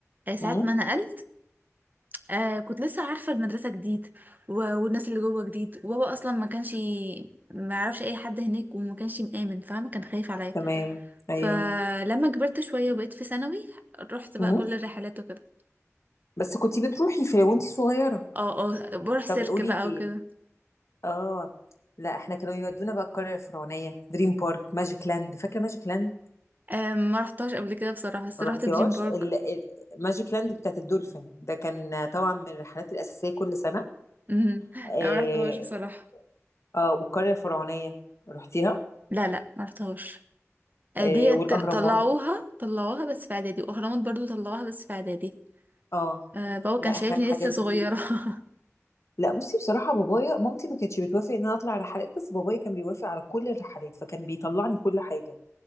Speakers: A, on the right; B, on the left.
A: آه ساعات
B: هم؟
A: ما نقلت آه كنت لسه عارفة المدرسة جديد و... والناس اللي جوه جديد وبابا أصلا ما كانش ي- ما يعرفش أي حد هناك وما كانش مآمن فاهمة كان خايف عليا
B: تمام
A: فلما
B: ايوه
A: كبرت شوية وبقيت في ثانوي رحت بقى
B: هم؟
A: كل الرحلات وكده
B: بس كنتي بتروحي في وانتي صغيره
A: اه اه بروح سيرك
B: طب قولي
A: بقى
B: لي
A: وكده
B: اه لا احنا كانوا يودونا بقى القريه الفرعونيه دريم بارك ماجيك لاند فاكره ماجيك لاند
A: آه ما رحتهاش قبل كده بصراحة بس
B: ما
A: رحت
B: رحتيهاش
A: دريم بارك
B: ال- ال- ماجيك لاند بتاعت الدولفين ده كان طبعا من الرحلات الاساسيه كل سنه
A: مهم. لا
B: اه,
A: ما رحتهاش بصراحة
B: آه والقريه الفرعونيه رحتيها
A: لا لا ما رحتهاش آه،
B: آه
A: دي
B: والاهرامات
A: ت- طلعوها طلعوها بس في إعدادي وأهرامات برضو طلعوها بس في إعدادي
B: اه
A: آه بابا كان
B: لا
A: شايفني
B: احنا الحاجات
A: لسه صغيرة
B: دي
A: <laughs>
B: لا بصي بصراحة بابايا مامتي ما كانتش بتوافق ان انا اطلع رحلات بس بابايا كان بيوافق على كل الرحلات فكان بيطلعني كل حاجة